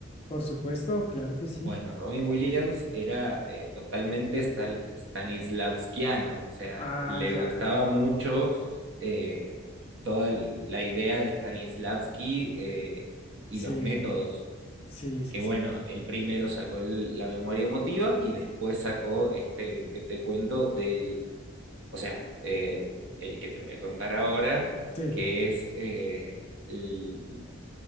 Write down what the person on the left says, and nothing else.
Por supuesto, claro que sí.
Ah,
ya.
Sí,
sí, sí,
sí.
Sí.